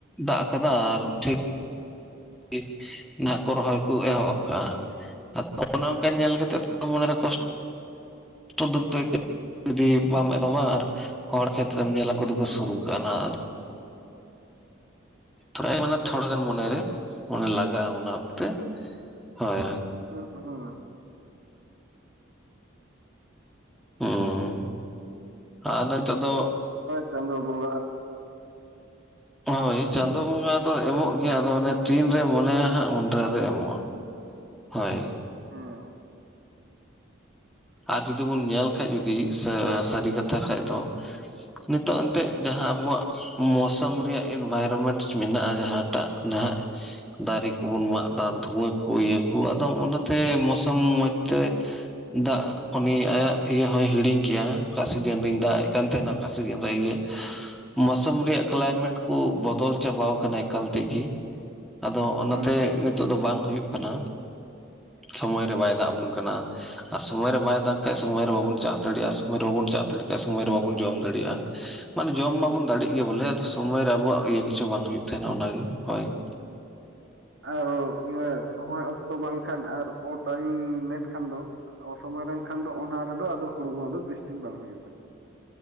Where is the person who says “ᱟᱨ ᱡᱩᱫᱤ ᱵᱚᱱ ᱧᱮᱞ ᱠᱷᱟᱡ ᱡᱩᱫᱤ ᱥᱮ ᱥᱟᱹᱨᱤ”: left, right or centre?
Centre